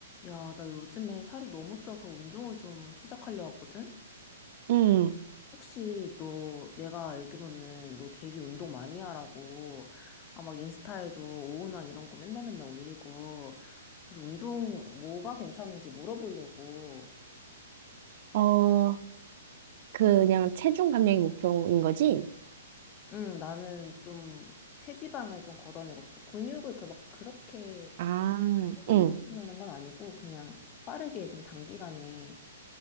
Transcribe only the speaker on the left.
야, 나 요즘에 살이 너무 쪄서 운동을 좀 시작하려 하거든?
혹시 너, 내가 알기로는 너 되게 운동 많이 하라고, 아, 막 인스타에도 오운환 이런 거 맨날 맨날 올리고, 그래서 운동 뭐가 괜찮은지 물어보려고,
응, 나는 좀 체지방을 좀 걷어내고 싶어. 근육을 그 막 그렇게
생기려는
건 아니고, 그냥 빠르게 좀 단기간에,